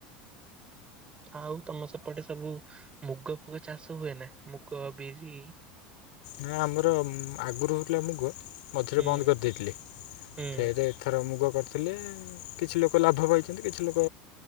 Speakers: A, on the right (about 25°); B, on the left (about 80°).
A: ଆଉ ତମ ସେପଟେ ସବୁ ମୁଗ ଫୁଗ ଚାଷ ହୁଏ ନା ମୁଗ ବିରି?
B: ନା ଆମର ଆଗରୁ ହେଉଥିଲା ମୁଗ, ମଝିରେ
A: ହୁଁ
B: ବନ୍ଦ କରିଦେଇଥିଲି।
A: ହୁଁ
B: ଫେରେ ଏଥର ମୁଗ କରିଥିଲେ କିଛି ଲୋକ ଲାଭ ପାଇଛନ୍ତି କିଛି ଲୋକ